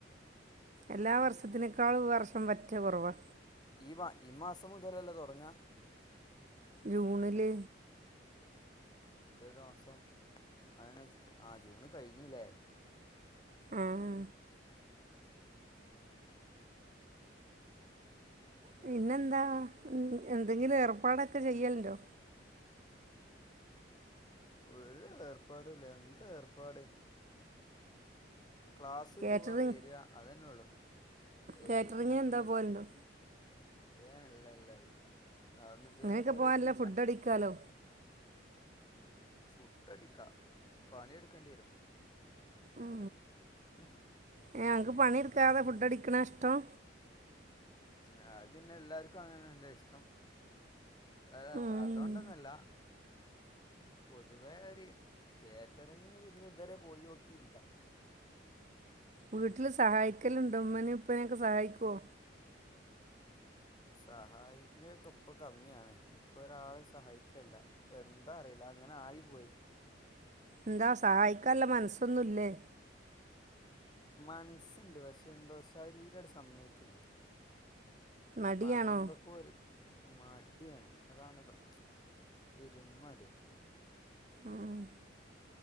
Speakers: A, on the right (about 40°); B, on the left (about 20°).
A: എല്ലാ വർഷത്തിനേക്കാളും ഈ വർഷം പറ്റ കൊറവാ
B: ഈ വാ ഈ മാസം മുതലല്ലേ തൊടങ്ങാ.
A: ജൂണില്
B: ഇതേതാ മാസം ആനെ ജൂ ആ ജൂണ് കഴിഞ്ഞില്ലേ.
A: ആഹ്
B: ഉം ഓക്കെ
A: പിന്നെന്താ ഉം എന്തെങ്കിലും ഏർപ്പാടൊക്കെ ചെയ്യല്ണ്ടോ?
B: ഒര് ഏർപ്പാടുല്ല എന്തേർപ്പാട് ക്ലാസ്
A: കാറ്ററിംഗ്
B: പോവാ വെരാ അതെന്നൊള്ളു ഏയ്
A: കാറ്ററിങ്ങിന്
B: അങ്ങൻത്തൊന്നുല്ല.
A: എന്താ പോകലുണ്ടോ
B: ഏഹ് ഇല്ല ല്ല ല്ല അതൊന്നുതരെ
A: അങ്ങനെയൊക്കെ
B: പോയോക്കില്ല.
A: പോകാൻ നല്ല ഫുഡ് അടിക്കാലോ
B: ഉം ഫുഡടിക്കാ പണിട്ക്കെണ്ട്യരും.
A: ഉം
B: <inaudible>
A: ഏഹ് ങ്ങക്ക് പണി എടുക്കാതെ ഫുഡ് അടിക്കണ ഇഷ്ടം
B: ഏഹ് അത് പിന്നെ എല്ലാർക്കും അങ്ങനതന്നല്ലേ ഇഷ്ടം ഏ അത്
A: ഉം.
B: അതുകൊണ്ടൊന്നല്ല പൊതുവെഒര് കേറ്ററിങ്ങിന് പൊതുവെ ഇതുവരെ പോയി നോക്കിയില്ല
A: വീട്ടിൽ സഹായിക്കലുണ്ട് ഉമ്മനയും ഉപ്പനെയൊക്കെ സഹായിക്കുവോ
B: സഹായിക്കുവേക്ക ഇപ്പ കമ്മിയാണ് ഇപ്പൊ ഒരാളെയും സഹായിക്കലില്ല എന്താ അറിയില്ല അങ്ങനെ ആയി പോയി
A: എന്താ സഹായിക്കാനുള്ള മനസ്സൊന്നുല്ലേ
B: മനസ്സുണ്ട് പക്ഷെ എന്തോ ശരീരംങ്ങട് സമ്മയിക്കില്ല
A: മടിയാണോ
B: മ എന്തൊക്കെ ഒരുക് മടിയാണ് അതാണ് പ്രശ്നം പെരുമടിയ
A: ആഹ്